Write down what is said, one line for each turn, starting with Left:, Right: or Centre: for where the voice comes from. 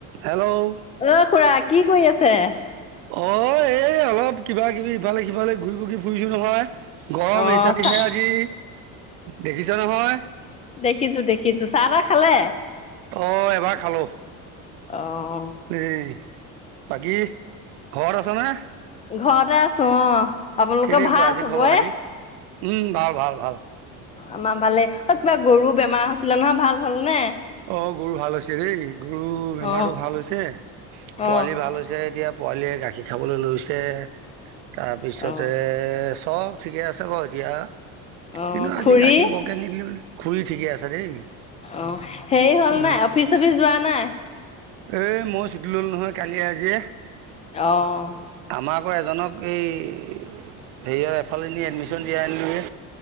Right: Hello
Left: অ খুৰা কি কৰি আছে
Right: অ এই অলপ কিবা কিবি ইফালে সিফালে ঘূৰি পকি ফুৰিছো নহয় গৰম
Left: অ
Right: এৰিচাটিহে
Left: চাহ
Right: আজি দেখিছ নহয়
Left: দেখিছোঁ দেখিছোঁ চাহ তাহ খালে
Right: অঁ এবাৰ খালোঁ
Left: অ
Right: এই বাকী ঘৰত আছেনে
Left: ঘৰতে আছো অ আপোনালোকে
Right: কেনেকুৱা
Left: ভাল
Right: আজি
Left: চবৰে
Right: খবৰ খাতি উম ভাল ভাল ভাল
Left: আমাৰ ভালেই অ কিবা গৰু বেমাৰ হৈছিলে নহয় ভাল হল নে
Right: অ গৰু ভাল হৈছে দেই গৰু বেমাৰটো
Left: অ
Right: ভাল হৈছে পোৱালি
Left: অ
Right: ভাল হৈছে ছে এতিয়া পোৱালীয়ে গাখীৰ খাবলৈ লৈছে তাৰপিছতে
Left: অ
Right: চব ঠিকে আছে বাৰু এতিয়া
Left: অ
Right: কিন্তু আজি
Left: খুৰী
Right: গাখীৰ বৰকৈ নিদিলে খুৰি ঠিকে আছে দেই
Left: অ হেৰি হ'ল
Right: খুৰী
Left: নাই অফিচ অফিচ যোৱা নাই
Right: এই মই ছুটি ললোঁ নহয় কালিয়ে আজিয়ে
Left: অ
Right: আমাৰ আক এজনক এই, হে আৰু এফালে নি এডমিশ্যন দিয়াই আনিলো গে।